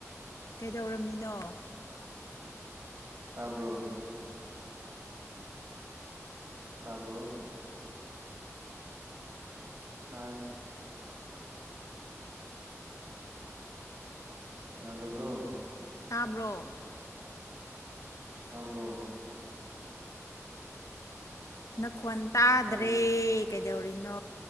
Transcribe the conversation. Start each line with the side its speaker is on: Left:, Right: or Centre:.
Left: ꯀꯩꯗꯧꯔꯝꯃꯤꯅꯣ
Right: ꯇꯥꯕ꯭ꯔꯣ ꯇꯥꯕ꯭ꯔꯣ ꯍꯥꯏ ꯌꯥꯗꯕ꯭ꯔꯣ
Left: ꯇꯥꯕ꯭ꯔꯣ
Right: ꯇꯥꯕ꯭ꯔꯣ
Left: ꯅꯈꯣꯟ ꯇꯥꯗ꯭ꯔꯦ
Right: ꯑꯥ
Left: ꯀꯩꯗꯧꯔꯤꯅꯣ